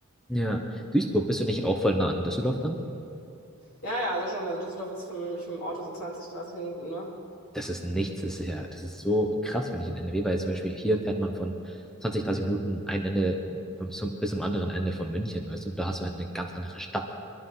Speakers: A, in the centre; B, on the left.
A: Ja. Duisburg, bist du nicht auch voll nah an Düsseldorf dann?
B: Ja, ja, also schon. Also Düsseldorf ist für mich mit dem Auto so zwanzig, dreißig Minuten, ne?
A: Das ist nichts, das ist ja, das ist so krass, wenn ich in NRW war. Jetzt Zum Beispiel hier fährt man von 20, 30 Minuten ein Ende bis zum, bis zum anderen Ende von München, weißt du? Und da hast du halt eine ganz andere Stadt.